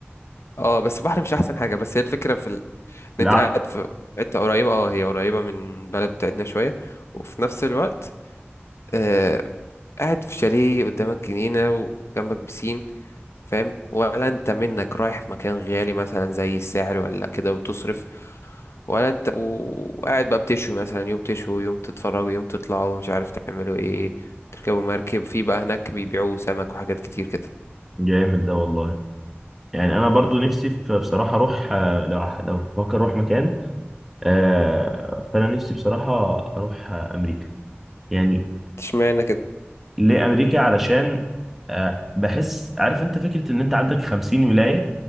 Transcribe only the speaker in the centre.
بالعقل
جامد ده والله يعني انا برضو نفسي في بصراحه اروح آه، لو لو بفكر اروح مكان آه، فانا نفسي بصراحه اروح آه، امريكا يعني
ليه امريكا علشان آه، بحس عارف انت فكره ان انت عندك 50 ولايه